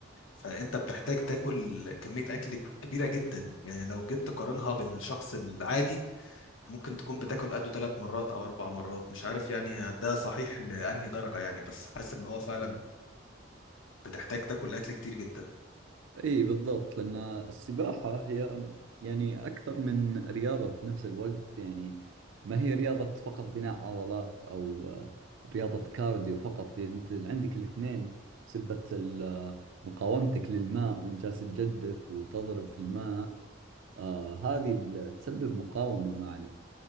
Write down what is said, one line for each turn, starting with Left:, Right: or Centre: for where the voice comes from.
Left: فانت بتحتاج تاكل كميه اكل كبيره جدا يعني لو جيت تقارنها بالشخص العادي ممكن تكون بتاكل قده ثلاث مرات او اربع مرات مش عارف يعني ده صحيح لانهي درجه يعني بس حاسس ان هو فعلا بتحتاج تاكل اكل كتير جدا
Right: اي بالضبط لأن السباحة هي يعني أكثر من رياضة في نفس الوقت يعني ما هي رياضة فقط بناء عضلات أو آه، رياضة كارديو فقط هي أنت عندك الاثنين بسبة ال- آه، مقاومتك للماء وإن جالس تجدف وتضرب في الماء آه هذه ال- تسبب مقاومة مع